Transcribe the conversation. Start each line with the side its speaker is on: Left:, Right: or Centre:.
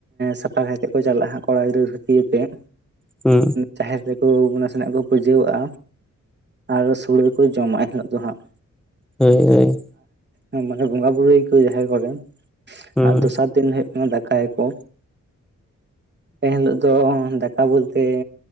Right: ᱥᱟᱯᱷᱟ ᱠᱟᱛᱮᱜ ᱠᱚ ᱪᱟᱞᱟᱜᱼᱟ ᱠᱚᱲᱟ ᱜᱤᱫᱽᱨᱟᱹ ᱫᱷᱩᱛᱤᱟᱛᱮᱜ
Centre: ᱦᱩᱸ
Right: ᱡᱟᱦᱮᱨ ᱨᱮᱠᱚ ᱱᱟᱥᱮᱱᱟᱜ ᱠᱚ ᱯᱩᱡᱟᱹᱣᱟᱜᱼᱟ ᱟᱨ ᱥᱳᱲᱮ ᱠᱚ ᱡᱚᱢᱟᱜ ᱮᱱ ᱦᱤᱞᱳᱜ ᱫᱚ ᱦᱟᱸᱜ
Centre: ᱦᱳᱭ ᱦᱳᱭ
Right: ᱟᱜ ᱢᱟᱱᱮ ᱵᱚᱸᱜᱟ ᱵᱩᱨᱩᱳᱭ ᱠᱚ ᱡᱟᱦᱮᱨ ᱠᱚᱨᱮ
Centre: ᱦᱩᱸ
Right: ᱟᱨ ᱫᱚᱥᱟᱨ ᱫᱤᱱ ᱦᱩᱭᱩᱜ ᱠᱟᱱᱟ ᱫᱟᱠᱟᱭᱟᱠᱚ ᱮᱱᱦᱤᱞᱳᱜ ᱫᱚ ᱫᱟᱠᱟ ᱵᱚᱞᱛᱮ